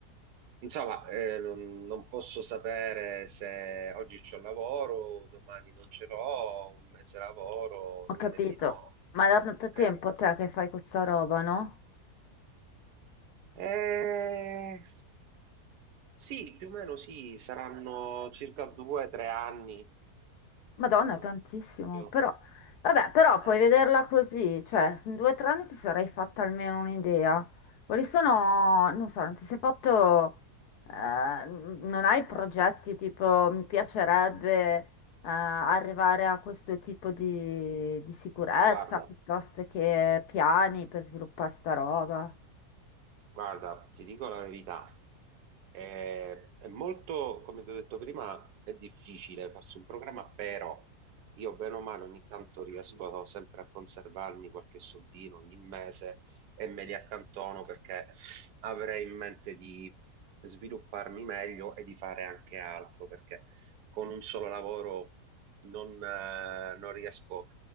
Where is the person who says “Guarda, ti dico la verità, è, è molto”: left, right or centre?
Right